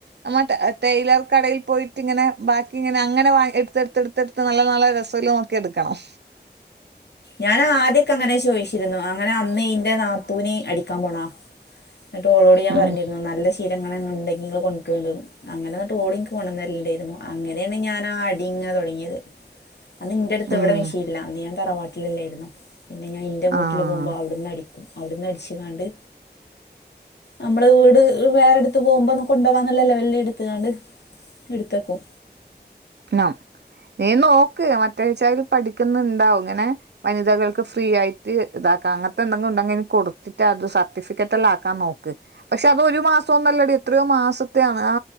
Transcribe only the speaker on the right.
നമ്മേ ടെയ്ല്ലർ കടയിൽ പോയിട്ട് ഇങ്ങനെ ബാക്കി ങ്ങനെ അങ്ങനെ എടുത്ത് എടുത്തെടുത്ത് നല്ല നല്ല രസള്ളത് നോക്കി എടുക്കണം
ഉം
ഉം
ആഹ്
ന്നം നീ നോക്ക് മറ്റേ വെച്ചാലും പഠിക്കുന്നുണ്ടാവകും ഇങ്ങനെ വനിതകൾക്ക് ഫ്രീ ആയിട്ട് ഇതാക്കാം അങ്ങനത്തെ എന്തെങ്കിലും ഉണ്ടെങ്കിൽ ഇനി കൊടുത്തിട്ട് അത് സർട്ടിഫിക്കറ്റ് എല്ലാം ആക്കാൻ നോക്ക് പക്ഷെ അ അത് ഒരു മാസം ഒന്നുംല്ലടി എത്രയോ മാസത്താണ് ആ